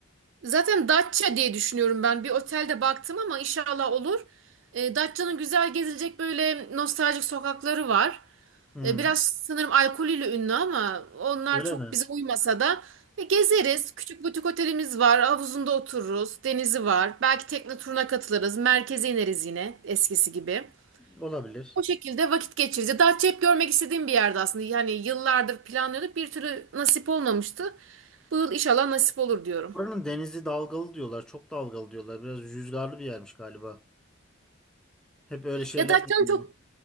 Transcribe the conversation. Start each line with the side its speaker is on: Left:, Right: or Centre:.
Right: Zaten Datça diye düşünüyorum ben. Bir otelde baktım ama inşallah olur. E, Datça'nın güzel gezilecek böyle nostaljik sokakları var.
Centre: Hmm.
Right: E, biraz sanırım alkolüyle ünlü ama onlar
Centre: Öyle
Right: çok
Centre: mi?
Right: bize uymasa da e, gezeriz. Küçük butik otelimiz var. Havuzunda otururuz. Denizi var. Belki tekne turuna katılırız. Merkeze ineriz yine eskisi gibi.
Centre: Olabilir.
Right: O şekilde vakit geçiririz. Ya Datça hep görmek istediğim bir yerde aslında. Yani yıllardır planlıyorduk. Bir türlü nasip olmamıştı. Bu yıl inşallah nasip olur diyorum.
Centre: Buranın denizi dalgalı diyorlar. Çok dalgalı diyorlar. Biraz rüzgarlı bir yermiş galiba. Hep öyle şeyler
Right: Ya Datça'nın
Centre: duyuyorum.
Right: çok